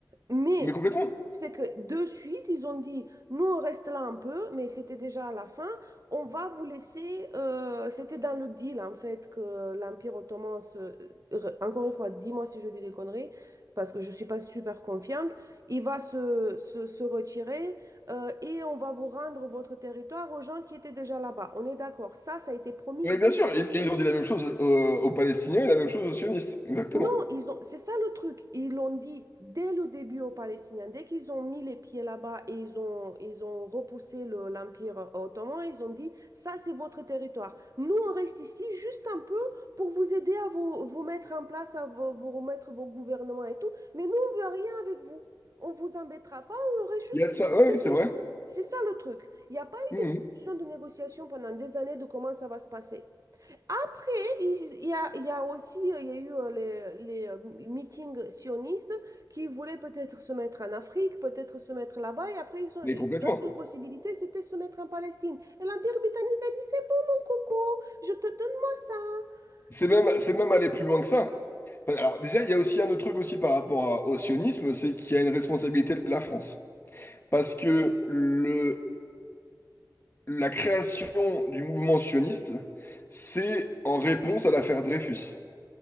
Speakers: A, on the right (about 45°); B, on the left (about 30°).
A: Mais
B: Mais complètement.
A: c'est que de suite, ils ont dit, nous, on reste là un peu, mais c'était déjà à la fin, on va vous laisser, euh, c'était dans le deal, en fait, que l'Empire ottoman, se- re- encore une fois, dis-moi si je dis des conneries, parce que je ne suis pas super confiante, il va se, se, se retirer euh, et on va vous rendre votre territoire aux gens qui étaient déjà là-bas. On est d'accord, ça, ça a été promis
B: Oui, bien sûr. Et, et ils ont dit la même chose aux, aux Palestiniens et la même chose aux sionistes. Exactement.
A: Non, ils ont, c'est ça le truc. Ils l'ont dit dès le début aux Palestiniens. Dès qu'ils ont mis les pieds là-bas et ils ont, ils ont repoussé le- l'Empire ottoman, ils ont dit, ça, c'est votre territoire. Nous, on reste ici juste un peu pour vous aider à vous, vous mettre en place, à vous, vous remettre vos gouvernements et tout. Mais nous, on veut rien avec vous. On vous embêtera pas, on reste juste
B: Il y a de ça.
A: pour
B: Ouais,
A: vous
B: Oui,
A: aider.
B: c'est vrai.
A: C'est ça le truc. Il n'y a pas eu
B: Mmh.
A: de discussion, de négociation pendant des années de comment ça va se passer. Après, il il y a, il y a aussi euh, il y a eu euh, les, les euh, meetings sionistes qui voulaient peut-être se mettre en Afrique, peut-être se mettre là-bas. Et après, ils ont,
B: Mais complètement.
A: une possibilité, c'était se mettre en Palestine. Et l'Empire britannique a dit, c'est bon, mon coco, je te donne-moi ça.
B: C'est
A: Tu-
B: même, c'est même aller plus loin que ça. Alors déjà, il y a aussi un autre truc aussi par rapport à- au sionisme, c'est qu'il y a une responsabilité de la France. Parce que le, la création du mouvement sioniste, c'est en réponse à l'affaire Dreyfus.